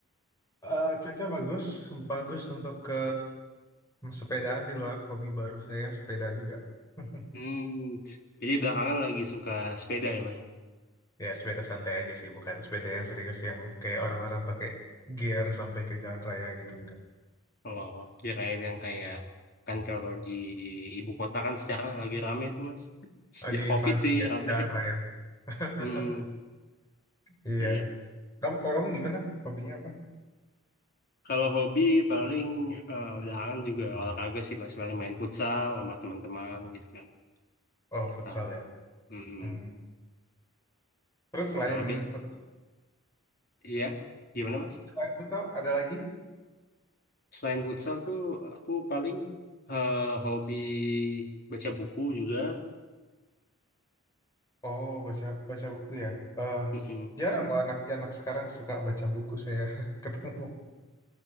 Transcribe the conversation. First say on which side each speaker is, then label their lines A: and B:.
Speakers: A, on the left (about 15°); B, on the left (about 45°).
A: Eh, cuaca bagus, bagus untuk ke sepedaan di luar. Hobi baru saya sepeda juga. <laughs>
B: Hmm, jadi belakangan lagi suka sepeda ya Mas?
A: Ya sepeda santai aja sih, bukan sepeda yang serius yang kayak orang-orang pakai gear sampai ke jalan raya gitu enggak.
B: Oh, kirain yang kayak kan kalau di ibu kota kan sekarang lagi rame tuh Mas. Sejak
A: Eh, di
B: COVID
A: Infancy
B: sih
A: ya,
B: rame.
A: jalan raya.
B: <laughs>
A: <laughs>
B: Hmm,
A: Iya.
B: iya.
A: Kamu kalau kamu gimana? Hobinya apa?
B: Kalau hobi paling eh, belakangan juga olahraga sih Mas, paling main futsal sama teman-teman gitu kan.
A: Oh
B: Atau,
A: futsal ya.
B: hmm,
A: Hmm. Terus selain
B: sama bi-
A: futsal,
B: iya, gimana Mas?
A: selain futsal ada lagi?
B: Selain futsal tuh aku paling eh, hobi baca buku juga.
A: Oh, baca baca buku ya. Eh,
B: Mm-mm.
A: jarang kok anak-anak sekarang suka baca buku saya <laughs> ketemu.